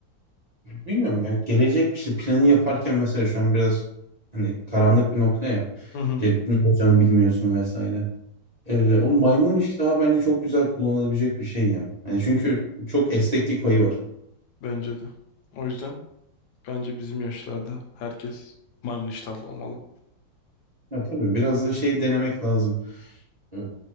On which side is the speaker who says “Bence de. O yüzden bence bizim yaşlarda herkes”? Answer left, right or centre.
Left